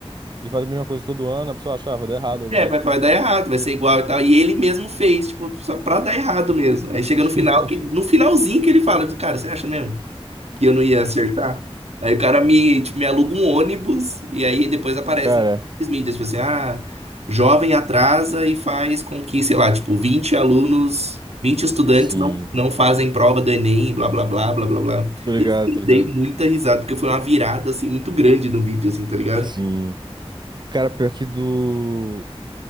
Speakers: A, on the right; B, on the right.
A: de fazer a mesma coisa todo ano, a pessoa achava, deu errado agora.
B: É, vai, vai dar errado, vai ser igual e tal. E ele mesmo fez, tipo, só pra dar errado mesmo. Aí chega
A: <laughs>
B: no final, que, no finalzinho que ele fala, cara, você acha mesmo? que eu não ia acertar. Aí o cara me, tipo, me aluga um ônibus e aí depois aparece
A: Cara,
B: nas mídias, tipo assim, ah, jovem atrasa e faz com que, sei lá, tipo, vinte alunos, vinte estudantes
A: sim.
B: não, não fazem prova do Enem, blá, blá, blá, blá, blá, blá.
A: Tô ligado,
B: Esse eu
A: tô ligado.
B: dei muita risada, porque foi uma virada, assim, muito grande no vídeo, assim, tá ligado?
A: Sim. Cara, pior que do.